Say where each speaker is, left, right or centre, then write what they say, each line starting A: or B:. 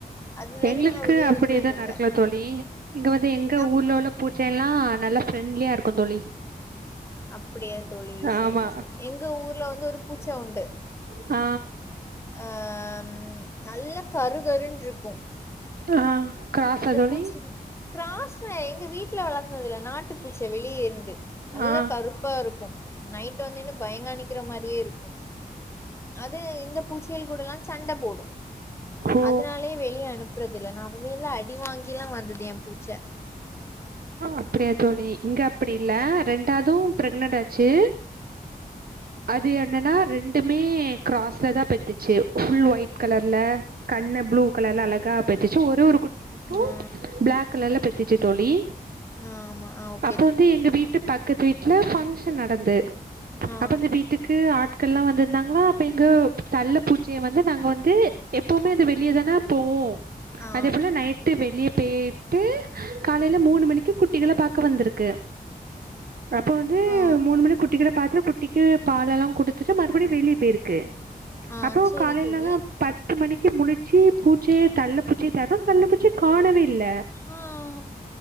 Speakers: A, on the left; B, on the right.
A: அதுலேருந்து
B: எங்ளுக்கு
A: நாங்க வெளிய
B: அப்டி
A: விடுறதில்ல.
B: எது நடக்கல தோழி இங்க வந்து எங்க
A: நா
B: ஊர்ல உள்ள புட் செல்லா நல்லா ஃப்ரெண்ட்லியா இருக்கு தோழி
A: அப்டியா தோழி சேரி
B: ஆமா
A: சேரி எங்க ஊர்ல வந்து ஒரு பூச்ச உண்டு
B: ஆ
A: அம் நல்ல கருகருன்ட்ருக்கு
B: ஆ கிராஸா
A: அந்த
B: தோழி
A: பூச்சி கிராஸ்ல எங்க வீட்ல வளந்தது இல்ல நாட்டு பூச்சை வெளியே இருந்து நல்லா
B: ஆ
A: கருப்பா இருக்கு நைட் வந்தினா பயங்காணிக்கிற மாரியே இருக்கு அது இந்த பூச்சி தேள்கூடலா சண்ட போடு
B: ஓ
A: அதனாலயே வெளியே அனுப்புறது இல்ல நா வந்து இல்ல அடி அடி வாங்கிலா வந்தது ஏ பூச்ச
B: அப்டியா தோழி இங்க அப்டி இல்ல ரெண்டவது பிரெக்னன்ட் ஆச்சி
A: <inaudible>
B: அது என்னன்னா ரெண்டுமே கிராஸ்ல தா பெத்துச்சி புல் ஒயிட் கலர்ல கண்ணு ப்ளூ கலர்ல அழகாப் பெத்துச்சி ஒரே ஒரு குட்டி மட்டு
A: ஆ
B: பிளாக் கலர்ல பெத்துச்சு தோழி
A: ஆமா அவ்
B: அப்போத்தி எங்க வீட்டு பக்கத்து வீட்ல ஃபங்க்ஷன் நடந்து
A: ஆ
B: அப்ப அந்த வீட்டுக்கு ஆட்கள் எல்லா வந்துருந்தாங்களா அப்ப எங்க தள்ள பூச்சிய வந்து நாங்க வந்து எப்போவுமே அது வெளியேதான போவு
A: ஆ
B: அதே போல நைட் விட்டு வெளியே பேயிட்டு காலேல மூணு மணிக்கு குட்டிக பாக்க வந்திருக்கு அப்போ வந்து
A: ஆ
B: மூணு மணி குட்டிகல பாத்துட்டு குட்டிக்கு பால் எல்லா குடுத்துட்டு மறுபடியு வெளிய பேருக்கு
A: ஆ
B: அப்ரோ
A: சேரி
B: காலேல
A: தோழி
B: பத்து மணிக்கு முழிச்சி பூச்சே தள்ள பட் சி தேடுறோ தள்ள பூச்சிய காணவே இல்ல
A: ஆ ஆம்